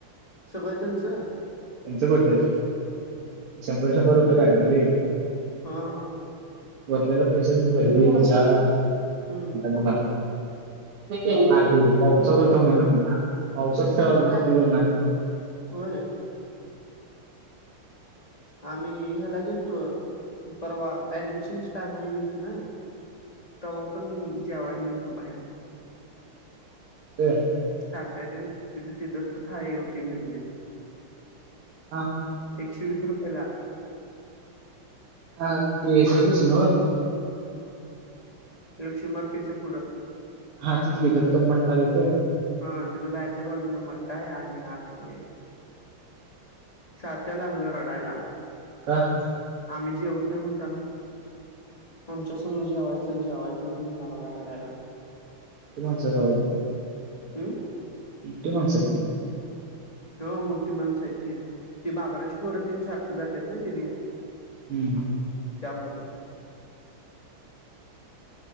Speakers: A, on the left; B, on the right.
A: सगळतेच
B: त्यांचं कुठे शंभर शंभर रुपये काढलं र
A: हा हा
B: भरलेले पैसे भजी चहा
A: हं,
B: तुला अख
A: हां.
B: पावसात होतो म्हणून पावसातच खना
A: होय आम्ही ह्याला गेलतो परवा ऍडमिशनच्या टाइमला गेलतो ना तेव्हा पण जेवायाला गेलो तो बाहेर
B: ते
A: सात्या ते तिथं ति दत्त थाळी होती मिरजेत
B: हा
A: एकशे वीस रुपये ला
B: हा ते ह्याच्यापाशी नाव
A: लक्ष्मी मार्केटच्या पुढं
B: हाचच घेत दत्ता मट्टा आहे तिथे
A: हा तिथं बाहेरच्या बाजूला मट्टा आहे आणि आत आहे. सारथ्या लागलो रडायला
B: का?
A: आम्ही जेवत नाही म्हणताना आमच्या संघ जेवायचंच जेवायचंच म्हणून लागला रडायला
B: ते माणसागावली
A: हम्म,
B: इट माणसा,
A: हा मोठी माणसाह ती बाबराज पोरात सारखं जातात ना तिने
B: हम्म,
A: त्यामुळं,